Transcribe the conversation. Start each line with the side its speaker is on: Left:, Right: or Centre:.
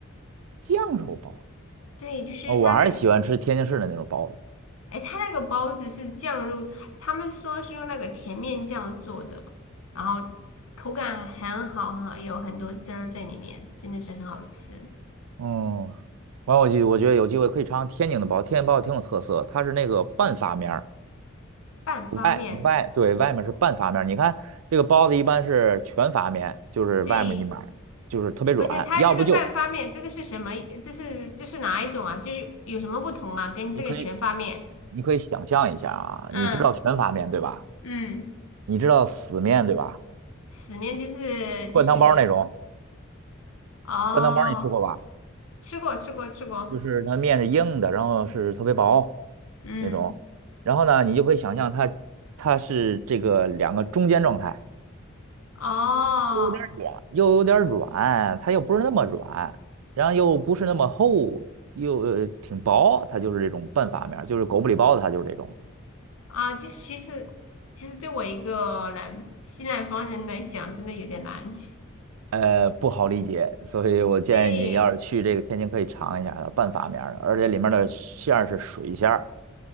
Right: 酱肉包，
Left: 对，就是他那个，
Right: 哦，我还是喜欢吃天津市的那种包子。
Left: 哎，他那个包子是酱肉，他们说是用那个甜面酱做的，然后口感很好，很好，有很多汁儿在里面，真的是很好吃。
Right: 嗯，完我就我觉得有机会可以尝尝天津的包，天津包挺有特色，它是那个半发面儿，
Left: 半发面，
Right: 外外对外面是半发面儿。你看这个包子一般是全发面，就是外面一面儿就是特别软，
Left: 对。不是，它这个半发面，
Right: 要不就是
Left: 这个是什么？这是这是哪一种啊？就是有什么不同啊？跟这个全发面，
Right: 你可以你可以想象一下啊，
Left: 嗯
Right: 你知道全发面对吧？
Left: 嗯，
Right: 你知道死面对吧？
Left: 死面就是就是
Right: 灌汤包儿那种，
Left: 哦，
Right: 灌汤包儿你吃过吧？
Left: 吃过吃过吃过，
Right: 就是它面是硬的，然后是特别薄
Left: 嗯，
Right: 那种，然后呢，你就可以想象它它是这个两个中间状态。
Left: 哦
Right: 又有点软，又有点软，它又不是那么软，然后又不是那么厚，又呃挺薄，它就是这种半发面儿就是狗不理包子，它就是这种，
Left: 啊，就是其实其实对我一个南西南方人来讲，真的有点难。
Right: 呃，不好理解，所以我建议你要是去这个天津可以尝一下它半发面儿的，
Left: 对，
Right: 而且里面的馅儿是水馅儿，